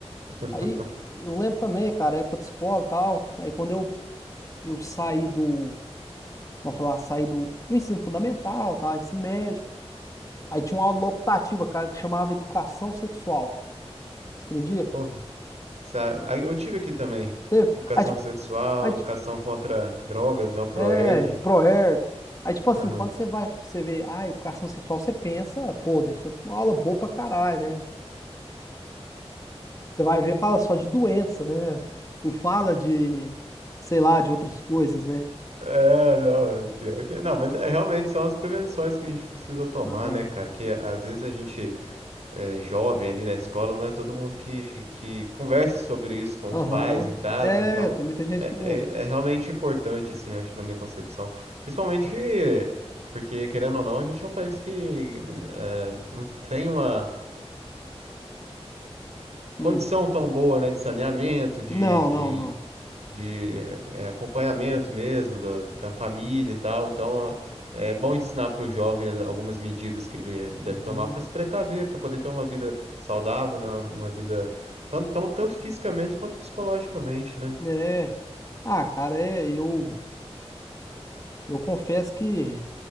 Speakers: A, on the right (about 85°); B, on the left (about 30°).
A: <laughs>
B: Aí eu lembro também, cara, época de escola e tal. Aí quando eu, eu saí do, vamos falar, saí do, do ensino fundamental, tá? Ensino médio. Aí tinha uma aula optativa, cara, que chamava Educação Sexual. Você acredita?
A: Porra. sa- aí Eu tive aqui também.
B: Teve?
A: Educação
B: Aí, tipo,
A: sexual,
B: aí,
A: educação contra drogas, né? O ProErd.
B: É, ProErd. Aí, tipo assim,
A: <laughs>
B: quando você vai, você vê, ah, educação sexual, você pensa, pô, deve ser uma aula boa pra caralho, né? Você vai ver, fala só de doença, né? Não fala de, sei lá, de outras coisas, né?
A: É, não, pior que, não, mas é realmente são as prevenções que a gente precisa tomar,
B: Aham,
A: né, cara? Que às vezes a gente é jovem ali na escola, não é todo mundo que, que conversa sobre isso com
B: aham.
A: os pais em casa,
B: É,
A: então
B: tem muita gente
A: é,
B: que não.
A: é, é realmente importante, assim, eu acho, na minha concepção. Principalmente porque, querendo ou não, a gente é um país que é, não tem uma
B: Hum.
A: condição tão boa, né, de saneamento, de,
B: Não,
A: de,
B: não, não.
A: de é, acompanhamento mesmo da da família e tal. Então, é bom ensinar para o jovem algumas medidas que ele deve
B: Uhum.
A: tomar para se precaver, para poder ter uma vida saudável, né, uma vida tanto, tão- tanto fisicamente quanto psicologicamente, né?
B: É. Ah, cara, é, eu, eu confesso que.